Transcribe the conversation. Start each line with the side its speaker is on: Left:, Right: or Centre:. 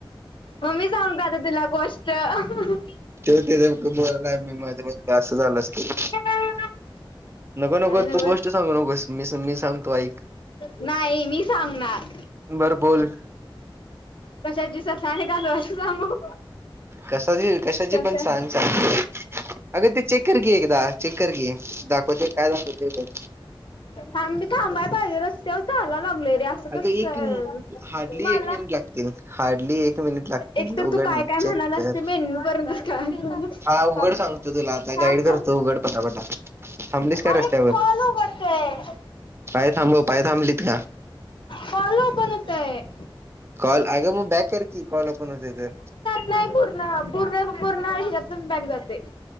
Left: म मी सांगू काय आता तुला आता गोष्ट,, हंहंहं.
Right: त्यो त्याचं बोलायलाय, मी माझं बोलायलोय, असं झालं असल.
Left: काय
Right: नगो नगो
Left: नव्हच
Right: तू गोष्ट सांगू नगोस मी सांगतो ऐक.
Left: नाही मी सांगणार
Right: बर बोल
Left: कशाची ससा आणि कासवाची सांगू.
Right: कशाची कशाची
Left: कशा
Right: पण सांग चालतंय अग ते चेक कर की एकदा. चेक कर की दाखवतोय काय दाखवतोय बग.
Left: थांब मी थांबाय पाहिजे रस्त्यावर चालायला लागलोय रे असं
Right: अग
Left: कसं
Right: एक हार्डली
Left: मला
Right: एक मिनिट लागतील हार्डली एक मिनिट लागतील.
Left: एकतर
Right: ती उघड
Left: तू काय
Right: ना <unintelligible>
Left: काय
Right: चेक
Left: म्हणालास
Right: कर
Left: ते मेनू पर्यंतच कळालं
Right: हा उघड
Left: थांब
Right: सांगतो तुला आता
Left: थांब
Right: गाईड करतो
Left: थांब
Right: उघड पटा थांबलीस का
Left: अरे
Right: रस्त्यावर
Left: कॉल उघडतोय
Right: पाय थांबव पाय थांबलीत का?
Left: कॉल ओपन होतय
Right: कॉल आग मग बॅक कर की कॉल ओपन होतंय तर
Left: नाय पूर्ण पूर्ण पूर्ण ही जात नच बॅक जातंय